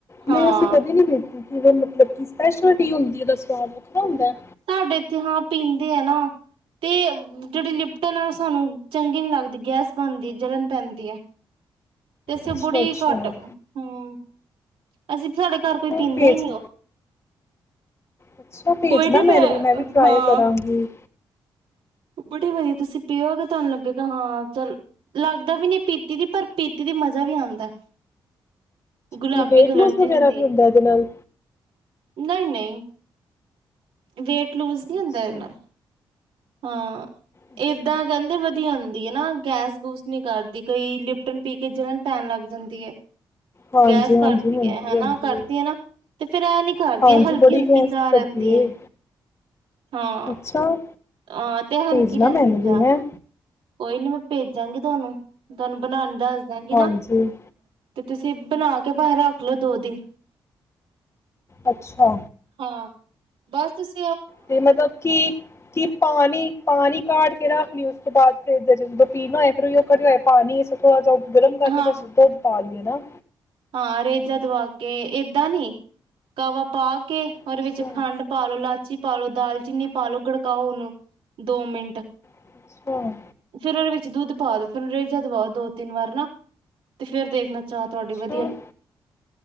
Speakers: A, on the right; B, on the left.
A: ਹਾਂ
B: ਨਹੀਂ ਅਸੀਂ ਕਦੇ ਨਹੀਂ ਬੇਠੇ ਜੈ ਮਤਲਬ ਕਿ ਸਪੈਸ਼ਲਿਟੀ ਹੁੰਦੀ ਉਹਦਾ ਸਵਾਦ ਵੱਖਰਾ ਹੁੰਦਾ
A: ਸਾਡੇ ਇੱਥੇ ਹਾਂ ਪੀਂਦੇ ਆ ਨਾ ਤੇ ਜਿਹੜੀ ਲਿਪਟਨ ਆ ਉਹ ਸਾਨੂੰ ਚੰਗੀ ਨੀ ਲੱਗਦੀ ਗੈਸ ਬਣਦੀ ਜਲਣ ਪੈਂਦੀ ਤੇਸੀ
B: ਅੱਛਾ
A: ਬੜੀ
B: ਅੱਛਾ
A: ਘਟ ਹਮ ਅਸੀਂ ਸਾਡੇ ਘਰ ਕੋਈ
B: ਉਹ
A: ਪੀਂਦਾ
B: ਪੇਜ
A: ਹੀ ਨਹੀਂ ਉਹ
B: ਅੱਛਾ ਭੇਜਣਾ
A: ਕੋਈ ਨੀ
B: ਮੈਨੂੰ ਵੀ ਮੈਂ ਵੀ ਟਰਾਈ
A: ਹਾਂ
B: ਕਰਾਂਗੀ
A: ਬੜੀ ਵਧੀਆ ਤੁਸੀਂ ਪੀਓਗੇ ਤੁਹਾਨੂੰ ਲੱਗੇਗਾ ਹਾਂ ਚੱਲ ਲੱਗਦਾ ਵੀ ਨਹੀਂੀ ਪੀਤੀ ਦੀ ਪਰ ਪੀਤੀ ਦਾ ਮਜ਼ਾ ਵੀ ਆਉਂਦਾ ਗੁਲਾਬੀ
B: ਕਿ ਵੇਟ
A: ਕਲਰ
B: ਲੂਸ ਵਗ਼ੈਰਾ
A: ਦੀ ਹੁੰਦੀ
B: ਵੀ
A: ਹੈ
B: ਹੁੰਦਾ ਇਹਦੇ ਨਾਲ
A: ਨਹੀਂ ਨਹੀਂ ਵੇਟ ਲੂਜ਼ ਨਹੀਂ
B: ਅੱਛਾ,
A: ਹੁੰਦਾ ਇਹ ਦੇ ਨਾਲ ਹਾਂ
B: ਅੱਛਾ।
A: ਏਦਾਂ ਕਹਿੰਦੇ ਵਧੀਆ ਹੁੰਦੀ ਹੈ ਨਾ ਗੈਸ ਗੂਸ ਨਹੀਂ ਕਰਦੀ ਕਈ ਲਿਪਟਨ ਪੀ ਕੇ ਜਲਣ ਪੈਣ ਲੱਗ ਜਾਂਦੀ ਹੈ
B: ਹਾਂਜੀ-ਹਾਂਜੀ
A: ਗੈਸ ਕਰਦੀ
B: ਹੁੰਦੀ
A: ਹੈ ਹਨਾ
B: ਹੁੰਦੀ
A: ਕਰਦੀ
B: ਏ।
A: ਹੈ ਨਾ ਤੇ ਫਿਰ ਇਹ ਨੀ ਕਰਦੀ
B: ਹਾਂਜੀ
A: ਹੈ ਹਲਕੀ
B: ਬੜੀ
A: ਹਲਕੀ
B: ਗੈਸ
A: ਚਾਹ
B: ਕਰਦੀ
A: ਰਹਿੰਦੀ
B: ਏ।
A: ਹੈ ਹਾਂ
B: ਅੱਛਾ
A: ਅਹ ਤੇ ਹਲਕੀ
B: ਭੇਜਣਾ
A: ਰਹਿੰਦੀ
B: ਮੈਨੂੰ ਵੀ
A: ਚਾਹ
B: ਹੈਂ,
A: ਕੋਈ ਨੀ ਮੈਂ ਭੇਜਾਂਗੀ ਤੁਹਾਨੂੰ ਤੁਹਾਨੂੰ ਬਣਾਉਣ ਦੱਸ ਦਾਂਗੀ
B: ਹਾਂਜੀ
A: ਨਾ ਤੇ ਤੁਸੀਂ ਬਣਾ ਕੇ ਭਾਵੇ ਰੱਖ ਲਓ ਦੋ ਦਿਨ
B: ਅੱਛਾ
A: ਹਾਂ ਬਸ ਤੁਸੀ
B: ਤੇ ਮਤਲਬ ਕੀ ਕੀ ਪਾਣੀ ਪਾਣੀ ਕਾੜ ਕੇ ਰੱਖ ਲਈ ਉਸ ਤੋਂ ਬਾਅਦ ਫਰਿੱਜ ਚ ਜਦੋਂ ਪੀਣਾ ਹੋਏ ਫਿਰ ਉਹ ਕਰੀ ਹੋਇਆ ਪਾਣੀ ਇਸੇ ਥੋੜਾ ਜਿਹਾ ਗਰਮ ਕਰਕੇ
A: ਹਾਂ
B: ਦੇ ਪਾ ਲਈਏ ਨਾ
A: ਹਾਂ ਰੇਜਾ ਦਵਾ ਕੇ ਏਦਾਂ ਨੀ ਕਾਵਾ ਪਾ ਕੇ
B: ਅੱਛਾ।
A: ਉਹਦੇ ਵਿੱਚ ਖੰਡ ਪਾਲੋ ਇਲਾਚੀ ਪਾਾਲੋ ਦਾਲਚੀਨੀ ਪਾ ਲੋੋ ਗੜਕਾਓ ਉਹਨੂੰ ਦੋ ਮਿੰਟ
B: ਅੱਛਾ,
A: ਫੇਿਰ ਉਹਦੇ ਵਿੱਚ ਦੁੱਧ ਪਾ ਦ ਫੇਿਰ ਰੇਜਾ ਦਵਾ ਦੋ ਤਿੰਨ ਵਾਰ ਨਾ ਤੇ ਫੇਰ ਦੇਖਣਾ ਚਾਹ ਤੁਹਾਡੀ
B: ਅੱਛਾ,
A: ਵ